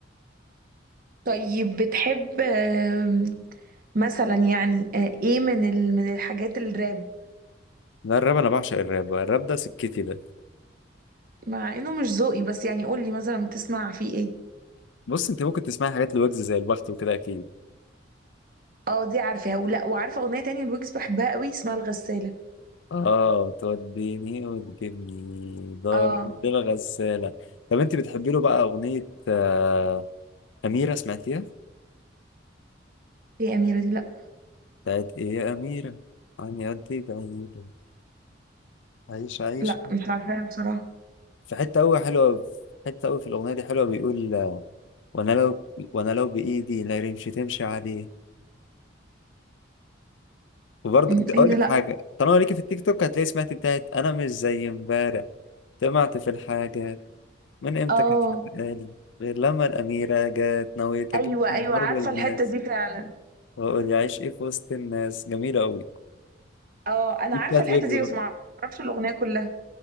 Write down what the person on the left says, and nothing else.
لا الراب انا بعشق الراب الراب ده سكتي ده
بص انت ممكن تسمعي حاجات لويجز زي البخت وكده اكيد
اه بتوديني وتجيبني دار
الدنيا غسالة طب انت بتحبي له بقى اغنية آه، أميرة سمعتيها؟
بتاعت ايه يا أميرة عني قد ايه بعيدة عيش عيش
في حتة أوي حلوة في حتة أوي في الأغنية دي حلوة بيقول آه، وانا لو وانا لو بايدي لا رمش تمشي عليه وبرضه
د- اقول
لك
حاجه طالما ليكي في التيك توك هتلاقي سمعت بتاعت انا مش زي امبارح سمعت في الحاجه من امتى
كانت خلقاني غير لما الأميرة جت نويت أجيب
كمبار
والماس
وأقول يعيش إيه في وسط الناس جميلة أوي
دي
بتاعت
ويجز
برضه